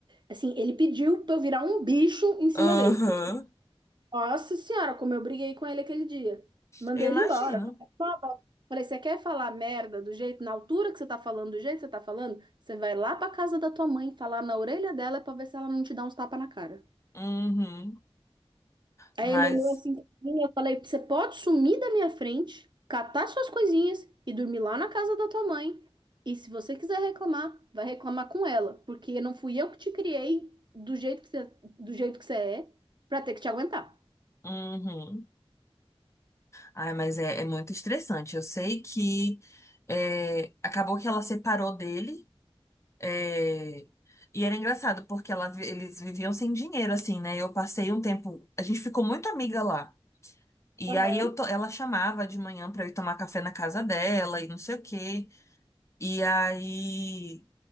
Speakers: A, on the right; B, on the left.
A: Assim, ele pediu pra eu virar um bicho em cima
B: Aham,
A: dele, porque, nossa senhora, como eu briguei com ele aquele dia. Mandei
B: eu imagino.
A: ele embora. Falei, você quer falar merda do jeito, na altura que você tá falando, do jeito que você tá falando? Você vai lá pra casa da tua mãe, falar na orelha dela pra ver se ela não te dá uns tapas na cara.
B: Uhum.
A: Aí
B: Mas,
A: ele olhou assim pra mim, eu falei, você pode sumir da minha frente, catar suas coisinhas e dormir lá na casa da tua mãe. E se você quiser reclamar, vai reclamar com ela, porque não fui eu que te criei do jeito que você, do jeito que você é, pra ter que te aguentar.
B: uhum. Ai, mas é, é muito estressante. Eu sei que é, acabou que ela separou dele. é, e era engraçado, porque ela, vi- eles viviam sem dinheiro, assim, né? Eu passei um tempo. A gente ficou muito amiga lá. E
A: Aham.
B: aí eu to- ela chamava de manhã pra eu ir tomar café na casa dela e não sei o quê. E aí.